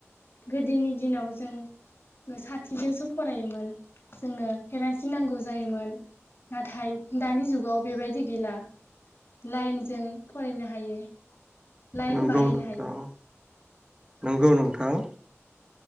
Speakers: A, on the left; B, on the right.
A: गोदोनि दिनाव जों साथिजोंसो फरायोमोन जोङो केेरानसि नांगौ जायोमोन नाथाय दानि जुगाव बेबायदि गैला लाइनजों फरायनो हायो। लाइन
B: नंगौ
A: बाहायनो
B: नोंथां
A: हायो
B: नंगौ नोंथां